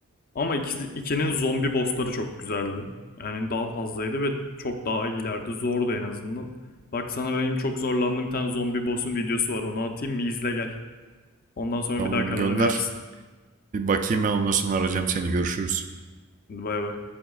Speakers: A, on the left; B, on the right.
A: Ama 2'nin zombi bossları çok güzeldi. Yani daha fazlaydı ve çok daha iyilerdi. Zordu en azından. Bak sana benim çok zorlandığım bir tane zombi boss'un videosu var. Onu atayım bir izle gel. Ondan sonra
B: Tamam
A: bir daha karara
B: gönder.
A: verirsin.
B: Bir bakayım ben ondan sonra arayacağım seni. Görüşürüz.
A: Hadi Bay bay.